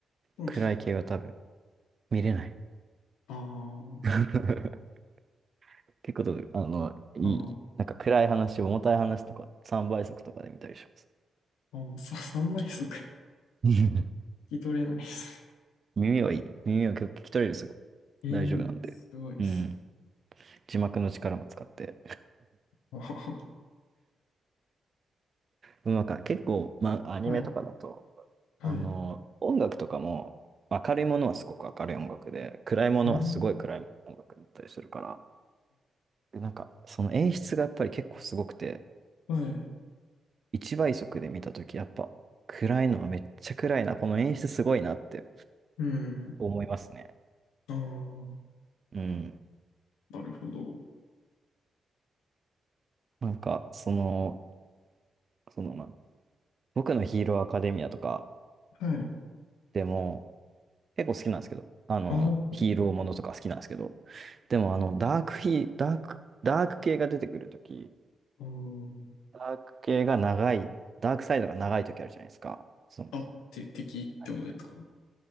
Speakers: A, on the left; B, on the right.
A: でも
B: 暗い系は多分見れない。
A: あ
B: <laughs> 結構、あの、いい、
A: あ、あ
B: なんか暗い話、重たい話とか、3倍速とかで見たりします。
A: あ、ああ、さ、倍速。聞
B: <laughs>
A: き取れないですね。
B: 耳はいい。耳は結構聞き取れるんですよ。
A: ええすごいっす。
B: 大丈夫なんで。うん。
A: <laughs>
B: 字幕の力も使って。
A: あー
B: でもなんか結構、まあ、アニメとかだと、
A: はい。はい。
B: あの、音楽とかも、明るいものはすごく明るい音楽で、暗いものはすごい暗い音楽だったりするから、
A: うん、
B: でなんか、その演出がやっぱり結構すごくて、
A: はい。
B: 一倍速で見たとき、やっぱ、暗いのはめっちゃ暗いな、この演出すごいなって
A: うん。
B: 思いますね。
A: ああ、
B: うん。
A: なるほど。
B: なんか、その、その、まあ、僕のヒーローアカデミアとか
A: はい。
B: でも、結構好きなんですけど、あの、
A: ああ、はい。
B: ヒーローものとか好きなんですけど、でもあの、ダークヒーダーク、ダーク系が出てくるとき、
A: あー
B: ダーク系が長い、ダークサイドが長いときあるじゃないですか。その
A: あ、あって敵ってことですかあ
B: アニメ